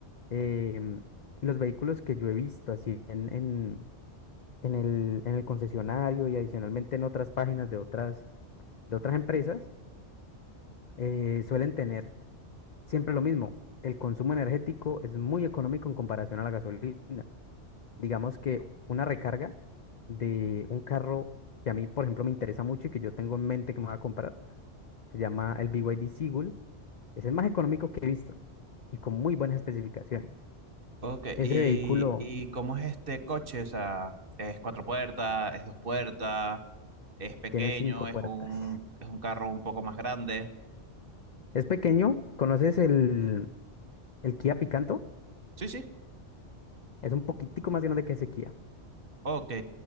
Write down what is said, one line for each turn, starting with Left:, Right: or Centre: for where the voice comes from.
Left: em, y los vehículos que yo he visto así en, en en el, en el concesionario y adicionalmente en otras páginas de otras, de otras empresas, eh, suelen tener siempre lo mismo. El consumo energético es muy económico en comparación a la gasolina. Digamos que una recarga de un carro que a mí, por ejemplo, me interesa mucho y que yo tengo en mente que me voy a comprar, se llama el BYD Seagull. Es el más económico que he visto y con muy buenas especificaciones.
Right: Ok,
Left: Ese
Right: ¿y,
Left: vehículo
Right: y cómo es este coche? O sea, ¿es cuatro puertas, es dos puertas, es pequeño,
Left: tiene cinco
Right: es
Left: puertas.
Right: un, es un carro un poco más grande?
Left: Es pequeño. ¿Conoces el, el Kia Picanto?
Right: Sí, sí.
Left: Es un poquitico más grande que Sequía.
Right: Ok.